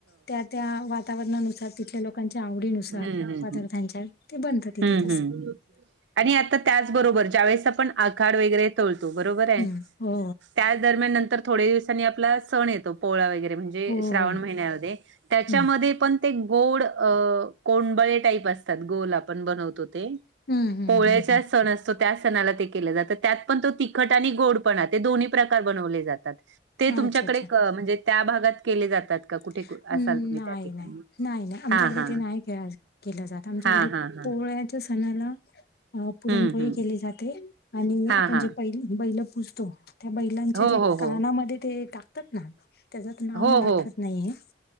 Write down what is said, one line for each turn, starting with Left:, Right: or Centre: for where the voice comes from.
Left: त्या त्या वातावरणानुसार तिथ लोक लोकांच्या आवडीनुसार
Right: हम्म हम्म हम्म
Left: पदार्थांच्या ते बनत तिथे
Right: हम्म.
Left: त
Right: हम्म आणि आता त्याचबरोबर ज्यावेेळेस आपण आखाड वगैरे तोळतो बरोबर आहे
Left: हम्म हो
Right: त्याच दरम्यान नंतर थोडे्या दिवसांनी आपला सण येतो पोळा वगैरे म्हणजे
Left: हो
Right: श्रावण
Left: हो
Right: महिन्यामध्ये त्याच्यामध्ये
Left: हम्म
Right: पण ते गोड कोंबळे टाईप असतात गोल आपण बनवतो
Left: हम्म हम्म
Right: पोळ्याच्या
Left: हम्म
Right: सण असतो. त्या सणाला ते केलं जात त्यात पण तो तिखट आणि गोडपणा ते दोन्ही प्रकार बनवले जातात.
Left: हम्म
Right: ते तुमच्याकडे
Left: अच्छा अच्छा
Right: म्हणजे त्या भागात केले जातात. का कुठे
Left: हम्म
Right: कु असाल तुम्ही
Left: नाही
Right: त्या ठिकाणी?
Left: नाही नाही नाही आमच्याकडे
Right: हां हां
Left: ते नाही खे केलं जात आमच्याकडे
Right: हां हां हां
Left: पोळ्याच्या सणाला अ पुरणपोळी
Right: हम्म हम्म
Left: केली जाते आणि
Right: हां
Left: आपण
Right: हां
Left: जे पै बैल पुूजतो त्या बैलांच्या
Right: हो
Left: जे
Right: हो
Left: कानामध्ये
Right: हो
Left: ते टाकतात ना त्याच नाव
Right: हो
Left: मला आठवत
Right: हो
Left: नाही